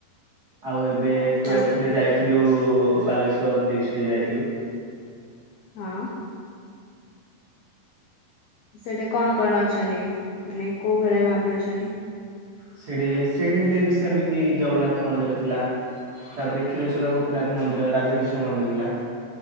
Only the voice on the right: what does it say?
ଆଉ ଏବେ ଏବେ
ଟୁଏଲଥରେ ଯାଇଥିଲୁ ବାଲେଶ୍ଵର ଡିଷ୍ଟ୍ରିକଟ ଯାଇଥିଲୁ
ସେଠି ସେଠି ହେଲେ ବି ସେମିତି ଜଗନ୍ନାଥ ମନ୍ଦିର ଥିଲା ତାପରେ କ୍ଷୀରଚୋର ଗୋପୀନାଥ ମନ୍ଦିର ରାଧାକିଷ୍ଣ ମନ୍ଦିର ଥିଲା।